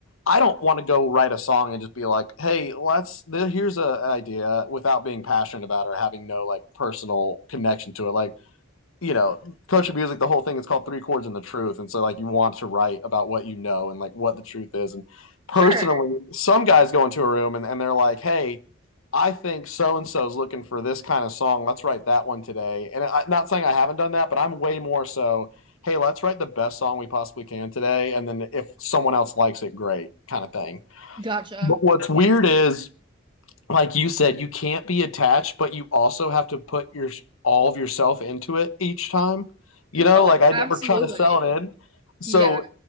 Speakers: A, on the left; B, on the right.
A: I don't want to go write a song and just be like, "Hey, let's here's an idea," without being passionate about it or having no like personal connection to it. Like, you know, coaching music, the whole thing is called Three Chords and the Truth. And so, like, you want to write about what you know and, like, what the truth is. And personally,
B: Sure.
A: some guys go into a room and, and they're like, hey, I think so and so's looking for this kind of song. Let's write that one today. And I'm not saying I haven't done that, but I'm way more so, hey, let's write the best song we possibly can today. And then if someone else likes it, great kind of thing.
B: Gotcha.
A: But what's weird is like you said, you can't be attached, but you also have to put your all of yourself into it each time. You know,
B: Oh,
A: like I
B: absolutely.
A: never try to sell it in. So
B: Yeah,